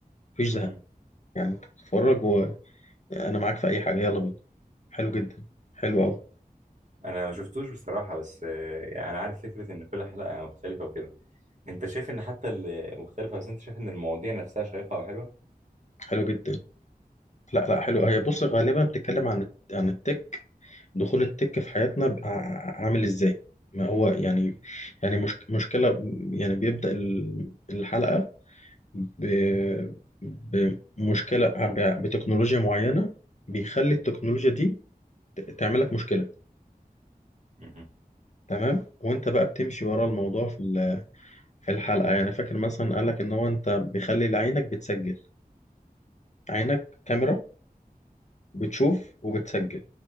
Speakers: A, on the left; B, on the right.
A: مفيش زهق
B: مهم.
A: يعني أنت بتتفرج وأنا معاك في أي حاجة يلا بينا حلو جدا حلو أوي
B: انا ما شفتوش بصراحة بس آه، يعني انا عارف فكرة ان كل حلقة مختلفة وكده انت شايف ان حتى المختلفة بس انت شايف ان المواضيع نفسها شيقة او حلوة
A: حلو جدا لا لا حلو هي بص غالبا بتتكلم عن الت- عن التك دخول التك في حياتنا بقى ع- عامل إزاي ما هو يعني يعني مش مشكلة يعني بيبدأ ال- الحلقة ب- بمشكلة ب- بتكنولوجيا معينة بيخلي التكنولوجيا دي تعمل لك مشكله
B: مهم.
A: تمام وانت بقى بتمشي ورا الموضوع في ال- في الحلقه يعني فاكر مثلا قال لك ان هو انت بيخلي عينك بتسجل عينك كاميرا بتشوف وبتسجل